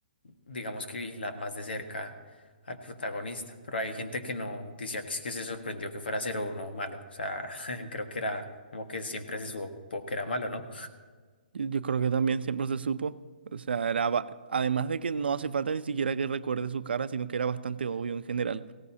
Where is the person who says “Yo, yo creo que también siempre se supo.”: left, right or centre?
Right